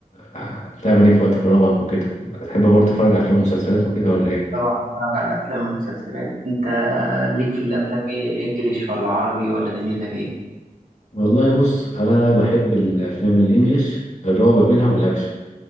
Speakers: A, on the left (about 55°); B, on the right (about 70°).
A: آه، بتعمل ايه في وقت فراغك وكده بتحب برضه تتفرج على افلام ومسلسلات وكده ولا ايه
B: طبعا بتفرج على افلام ومسلسلات انت ليك في الافلام ايه انجليش ولا عربي ولا دنيتك ايه
A: والله بص انا بحب الافلام الانجليش الرعب منها والاكشن